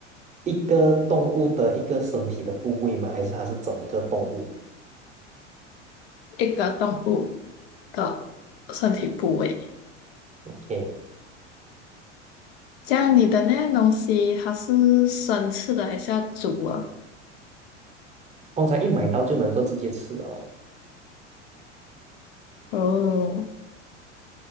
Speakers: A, on the right; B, on the left.
A: 一个动物的一个身体的部位吗？还是它是整个动物
B: 一个动物的身体部位。
A: ？OK，
B: 这样你的那样东西，它是生吃的还是要煮啊？
A: 通常一买到就能够直接吃了哦。
B: 哦。